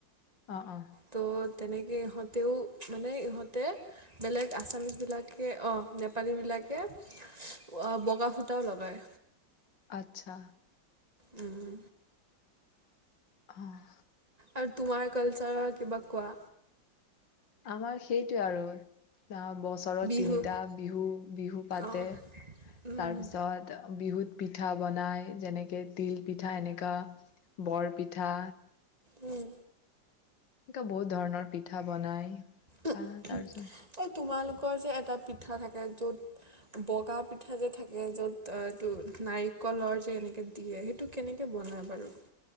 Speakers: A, on the left; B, on the right.
A: অ', অ'।
B: ত' তেনেকে ইহঁতেও মানে ইহঁতে বেলেগ আছামিছ বিলাকে অ', নেপালীবিলাকে অ', বগা সূটাও লগায়।
A: আচ্ছা।
B: উম।
A: অহ।
B: আৰু তোমাৰ কালচাৰৰ কিবা কোৱা।
A: আমাৰ সেইটোৱে আৰু অ', বছৰত
B: বিহু
A: তিনিটা বিহু, বিহু পাতে,
B: অ উম
A: তাৰপিছত বিহুত পিঠা বনাই যেনেকে তিল পিঠা এনেকা বৰ পিঠা
B: উম
A: এনেকা বহুত ধৰণৰ পিঠা বনাই
B: এ
A: আহ তাৰপিছত
B: তোমালোকৰ যে এট তাত পিঠা থাকে য'ত বগা পিঠা যে থাকে য'ত এটো নাৰিকলৰ যে এনেকে দিয়ে সেইটো কেনেকে বনাই বাৰু